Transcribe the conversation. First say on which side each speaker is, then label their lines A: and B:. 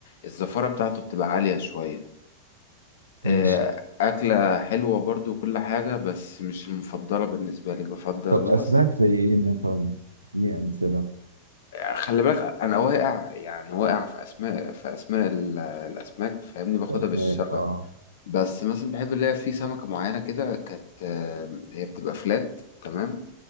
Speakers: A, on the left (about 55°); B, on the right (about 80°).
A: الزفارة بتاعته بتبقى عالية شوية آه،
B: مم.
A: اكلة حلوة برضو وكل حاجة بس مش المفضلة بالنسبة لي بفضل
B: طب
A: اللي
B: اسماك
A: هو الس-
B: زي ايه مثلا دي امثله
A: خلي بالك انا واقع يعني واقع في اسماء في اسماء ال- الاسماك فاهمني باخدها
B: اسماك
A: بالشبه
B: اه
A: بس مثلا بحب اللي هي في سمكة معينة كده كانت آه، هي بتبقى فلات تمام